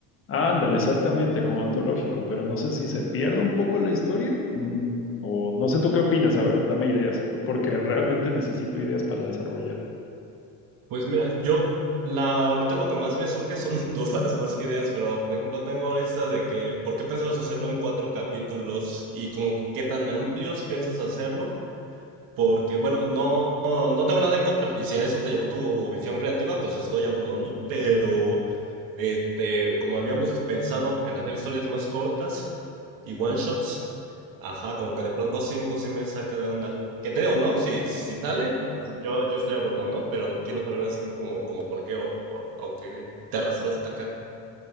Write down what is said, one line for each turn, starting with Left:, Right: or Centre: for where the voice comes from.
Left: ah, ándale, exactamente, como antológico, pero no sé si se pierde un poco la historia mm, o no sé tú qué opinas, a ver, dame ideas, porque realmente necesito ideas para desarrollar.
Right: Pues mira, yo la, ahorita lo que más me surge son <laughs> dudas más que ideas, pero por ejemplo tengo esta de que, ¿por qué pensabas hacerlo en cuatro capítulos? Y como, ¿qué tan amplios piensas hacerlo? Porque, bueno, no, no tengo nada en contra. Y si a eso te llevó tu visión creativa, pues estoy a bordo, ¿no? Pero, este, como habíamos pensado en hacer historias más cortas y one shots, ajá, como que de pronto cinco sí me saca de onda. Que te digo, ¿no? Si, si sale, pues yo, yo estoy a bordo, ¿no? Pero quiero saber así como, como por qué o, o, o qué te arrastraste hasta acá.